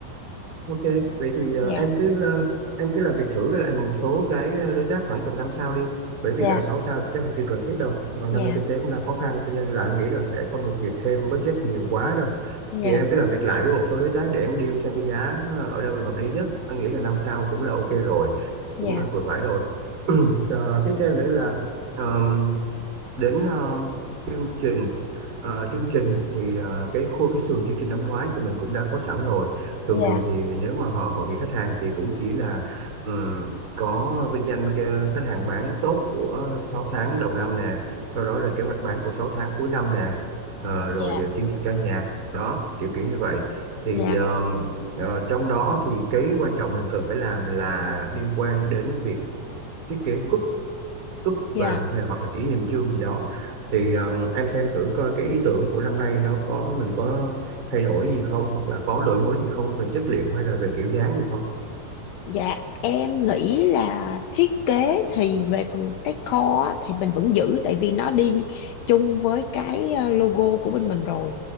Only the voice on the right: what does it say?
ok vậy thì ờ,
em cứ ờ, em cứ làm việc thử với lại một số cái ờ, đối tác khoảng tầm 5 sao đi bởi
vì là 6 sao thì chắc là chưa cần thiết đâu mà năm
nay kinh tế cũng đang khó khăn cho nên là anh nghĩ là sẽ không được duyệt thêm budget nhiều quá đâu
thì em cứ làm việc lại với một số đối tác để em deal xem cái giá ở đâu là hợp lý nhất anh nghĩ là 5 sao cũng là ok rồi
cũng là vừa phải rồi <clears throat> Ờ, tiếp theo nữa là đến ờ, chương trình ờ, chương trình thì ờ, cái khối cái sườn chương trình năm ngoái thì mình cũng đã có sẵn rồi thường
thường thì nếu mà họ hội nghị khách hàng thì cũng chỉ là ừm, có vinh danh cái khách hàng bán tốt của 6 tháng đầu năm nè sau đó là kế hoạch bán của 6 tháng cuối năm nè ờ,
rồi chương trình ca nhạc đó kiểu kiểu như vậy thì
ờ, ờ, trong đó thì cái quan trọng mình cần phải làm là liên quan đến việc thiết kế cúp cúp
và hay- hoặc là kỷ niệm chương gì đó thì um, em xem thử coi cái ý tưởng của năm nay nó có mình có thay đổi gì không hoặc là có đổi mới gì không về chất liệu hay là về kiểu dáng gì không